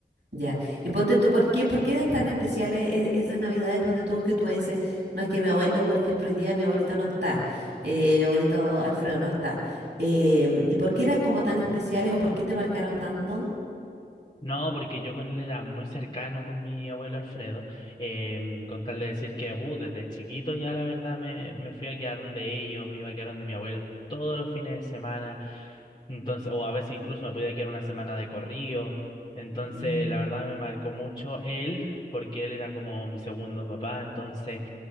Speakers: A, on the right; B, on the left.
A: ya. Y ponte tú, ¿por qué, por qué eran tan especiales e- esas Navidades? Ponte tú que tú me dices, no es que mi abuelo, por ejemplo, hoy día mi abuelito no está, eh, mi abuelito Alfredo no está. Em, ¿y por qué eran como tan especiales o por qué te marcaron tanto?
B: No, porque yo con él era muy cercano con mi abuelo Alfredo, em, con tal de decir que uh, desde chiquito ya la verdad me, me fui a quedar donde ellos, me iba a quedar donde mi abuelo todos los fines de semana, entonces, o a veces incluso me podía quedar una semana de corrido, entonces
A: Mm.
B: la verdad me marcó mucho él, porque él era como mi segundo papá, entonces...